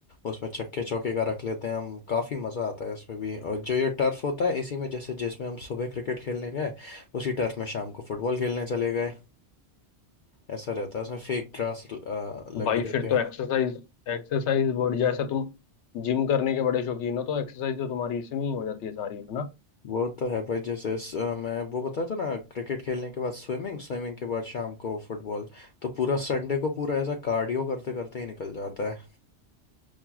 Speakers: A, on the left (about 55°); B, on the left (about 80°).
A: उसमें छक्के चौके का रख लेते हैं हम काफी मजा आता है इसमें भी और जो ये टर्फ होता है इसी में जैसे जिसमें हम सुबह क्रिकेट खेलने गए उसी टर्फ में शाम को फुटबॉल खेलने चले गए ऐसा रहता है उसमें फेक ग्रास लगी
B: भाई
A: रहते
B: फिर
A: हैं
B: तो एक्सरसाइज एक्सरसाइज बॉडी जैसा तुम जिम करने के बड़े शौकीन हो तो एक्सरसाइज तो तुम्हारी इसमें ही हो जाती है सारी है
A: वो तो है भाई जैसे स- अ, मैं वो बताया था ना क्रिकेट खेलने के बाद स्विमिंग स्विमिंग के बाद शाम को फुटबॉल तो पूरा संडे को पूरा ऐसा कार्डियो करते करते ही निकल जाता है